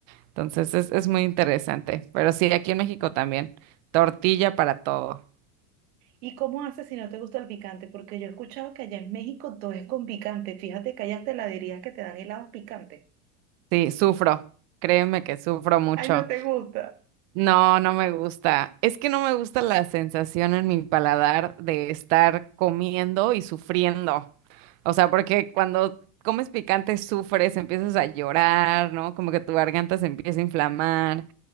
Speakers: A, on the right; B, on the right.
A: Entonces, es, es muy interesante. Pero sí, aquí en México también, tortilla para todo.
B: ¿Y cómo haces si no te gusta el picante? Porque yo he escuchado que allá en México todo es con picante. Fíjate que hay hasta heladerías que te dan helados picantes.
A: Sí, sufro. Créeme que sufro mucho.
B: Ay, no te gusta.
A: No, no me gusta. Es que no me gusta la sensación en mi paladar de estar comiendo y sufriendo. O sea, porque cuando comes picante sufres, empiezas a llorar, ¿no? Como que tu garganta se empieza a inflamar.